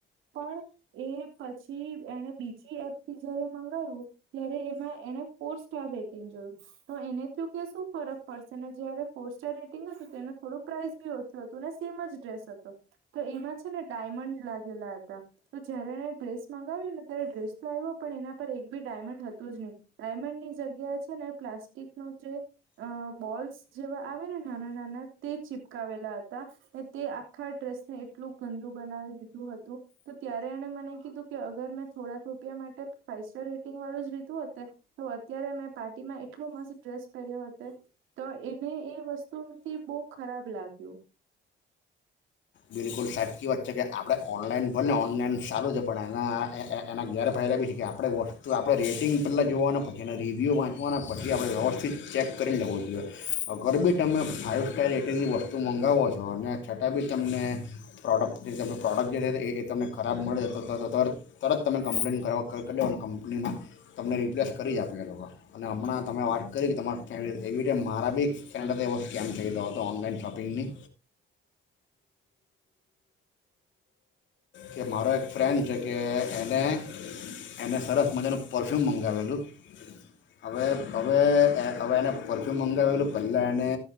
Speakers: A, on the right; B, on the left.
A: પણ એ પછી એને બીજી એપથી જયારે મંગાવ્યું ત્યારે એમાં એને ફોર સ્ટાર રેટિંગ જોયું તો એને થ કે શું ફરક પડશે ને જયારે ફોર સ્ટાર રેટિંગ હતું તો એનું થોડું પ્રાઇસ બી ઓછું હતું અને સેમ જ ડ્રેસ હતો તો એમાં છે ને ડાયમંડ લાગેલા હતા તો જયારે એને ડ્રેસ મંગાવ્યું ને ત્યારે ડ્રેસ તો આવ્યો પણ એના પર એક બી ડાયમંડ હતું જ નહી ડાયમંડ ની જગ્યા છે, ને પ્લાસ્ટિક ન જે અ બોલ્સ જેવા આવે ને નાના નાના તે ચિપકાવેલા હતા. તે આખા ડ્રેસને એટલું ગંદુ બનાવી દીધું હતું, તો ત્યારે એણે મને કીધું કે અગર મેં થોડાક રૂપિયા માટે ફાઈવ સ્ટાર રેટિંગ વાળું જ લીધું હોત અત્યારે મેં પાર્ટીમાં એટલો મસ્ત ડ્રેસ પહેર્યો હોત તો એને એ વસ્તુથી બહુ ખરાબ લાગ્યું.
B: બિલકુલ સાચી વાત છે કે આપણે ઓનલાઈન ભલે ઓનલાઈન સારું છે‌. પણ એના એના ગેરફાયદા એ બી છે કે આપણે વસ્તુ આપણે રેટિંગ પહેલાં જોવાના પછી, એના રિવ્યૂ વાંચવાના પછી આપણે વ્યવસ્થિત ચેક કરીને લેવું જોઈએ અગર બી તમે ફાઇવ સ્ટાર રેટિંગની વસ્તુ મંગાવો છો અને છતાં બી તમને પ્રોડક્ટ જે ત પ્રોડક્ટ જે છે. એ તમને ખરાબ મળે જતો તર તરત તમે કમ્પ્લેન કરવા કર દો અને કંપનીમાં તમને રિપ્લેસ કરી જ આપે એ લોકા અને હમણાં તમે વાત કરી કે તમારી કે મારા બી ફ્રેન્ડ એવો સ્કેમ થઈયો હતો ઓનલાઈન શોપિંગની કે મારો એક ફ્રેન્ડ છે કે એને એને સરસ મજાનું પરફ્યૂમ મંગાવેલું હવે. હવે હવે એને પરફ્યૂમ મંગાવેલું પહેલાં એને